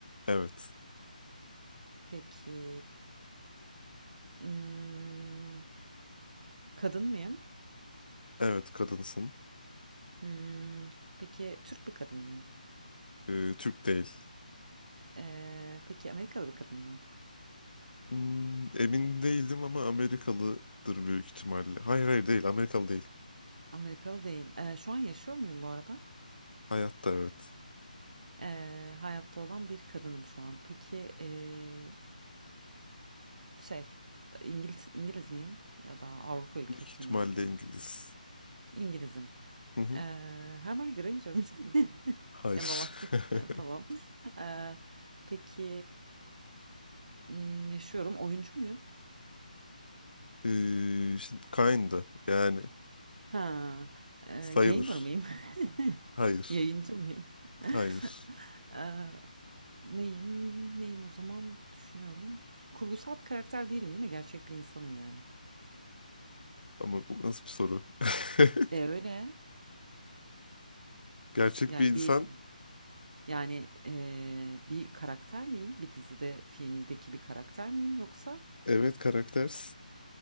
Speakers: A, on the left (about 80°); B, on the right (about 55°).
A: Evet.
B: Peki. hmm, kadın mıyım?
A: Evet kadınsın.
B: Hmm, peki Türk bir kadın mıyım?
A: E, Türk değil.
B: Ee, peki Amerikalı bir kadın mıyım?
A: Hmm, emin değildim ama Amerikalıdır büyük ihtimalle. Hayır hayır değil Amerikalı değil.
B: Amerikalı değil. Ee, şu an yaşıyor muyum bu arada?
A: Hayatta evet.
B: Ee, hayatta olan bir kadınım şu an. Peki ee, şey İngiliz, İngiliz miyim? Ya da Avrupa ülkesinden
A: Büyük ihtimalle
B: biri miyim?
A: İngiliz.
B: İngilizim.
A: Hı hı.
B: Ee, Hermione Granger mi? <laughs>
A: Hayır.
B: En babası.
A: <laughs>
B: <laughs> Tamam. Ee, peki hmm, yaşıyorum. Oyuncu muyum?
A: E, şimdi kinda yani
B: Ha, e,
A: sayılır.
B: gamer mıyım? <laughs>
A: Hayır.
B: Yayıncı mıyım? <laughs>
A: Hayır.
B: Ee, neyim? Neyim o zaman düşünüyorum. Kurgusal bir karakter değilim değil mi? Gerçek bir insanım yani.
A: Ama bu nasıl bir soru? <laughs>
B: E öyle.
A: Gerçek
B: Yani
A: bir insan.
B: bir yani e, bir karakter miyim? Bir dizide, filmdeki bir karakter miyim yoksa?
A: Evet karaktersin.